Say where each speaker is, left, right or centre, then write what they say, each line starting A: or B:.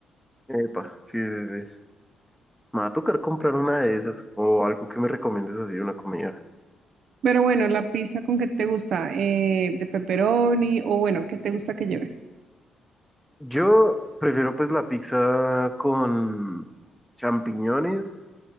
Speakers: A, in the centre; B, on the right.
A: Epa, sí, sí, sí. Me va a tocar comprar una de esas o algo que me recomiendes así, una comida.
B: Pero bueno, la pizza con qué te gusta, Eh, de pepperoni o bueno, ¿qué te gusta que lleve?
A: Yo prefiero pues la pizza con champiñones,